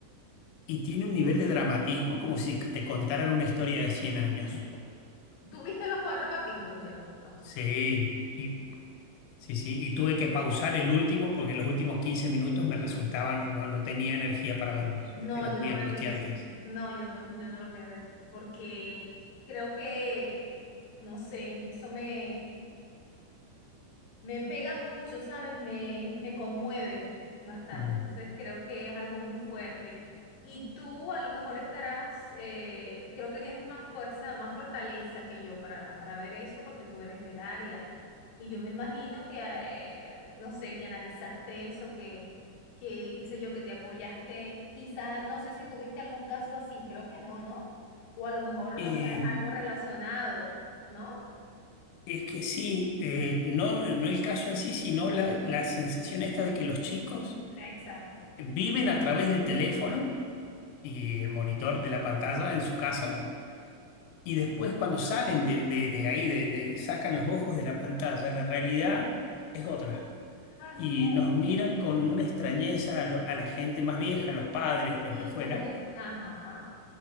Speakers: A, on the left (about 85°); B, on the left (about 70°).
A: Y tiene un nivel de dramatismo como si te contaran una historia de 100 años.
B: ¿Tú viste los cuatro capítulos ya, entonces?
A: Sí, y, sí, sí. Y tuve que pausar el último porque los últimos 15 minutos me resultaban, no, no tenía energía para verlos.
B: No,
A: Eran
B: yo
A: muy
B: no
A: angustiantes.
B: veo eso. No, yo no, yo no lo voy a ver, porque creo que, no sé, eso me, Me pega mucho, ¿sabes? Me, me conmueve bastante.
A: Mm.
B: Entonces creo que es algo muy fuerte. Y tú a lo mejor estarás, eh, creo que tienes más fuerza, más fortaleza que yo para, para ver eso porque tú eres del área. Y yo me imagino que, eh, no sé, que analizaste eso, que, que, qué sé yo, que te apoyaste. Quizá, no sé si tuviste algún caso así, creo que no, ¿no? O a lo mejor,
A: Eh,
B: no sé, algo relacionado, ¿no?
A: es que sí, eh, no, no el caso en sí, sino la, la sensación esta de que los chicos
B: Exacto.
A: viven a través del teléfono y el monitor de la pantalla en su casa Y después cuando salen de, de- de ahí, de, de- sacan los ojos de la pantalla, la realidad es otra.
B: Así
A: Y nos miran con una extrañeza a, lo- a la gente más vieja, los padres,
B: Y
A: lo que fuera.
B: como que sí, ajá,